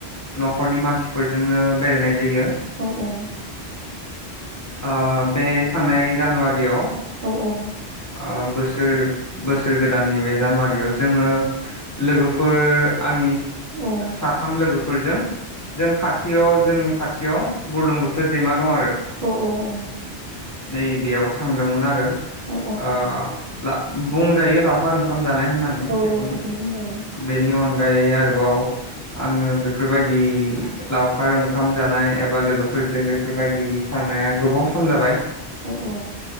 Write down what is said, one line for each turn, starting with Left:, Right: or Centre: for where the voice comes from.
Left: न'खरनि मानसिफोरजोंनो बेरायनाय जायो।
Right: औ औ।
Left: ओ बे थांनाय जानुवारियाव
Right: औ औ
Left: ओ बोसोर बोसोर गोदाननि बे जानुवारियाव जोङो लोगोफोर आंनि
Right: औ
Left: साथाम लोगोफ फोरजों जों खाथियाव जोंनि खाथियाव बुरलुंबुथोर दैमा दं आरो।
Right: औ औ औ।
Left: नै बेेयाव थांदोंमोन आरो।
Right: औ
Left: अ ला बुंजायो लावखार ओंखाम जानाय होननानै
Right: औ
Left: बेखौनो
Right: औ बुंजायो
Left: बेनि अन अनगायै आरोबाव आङो बेफोरबायदि लावखार ओंखाम जानाय एबा लोगोफोरजों बेफोरबायदि थांनाया गोबाव सम जाबाय।
Right: औ औ।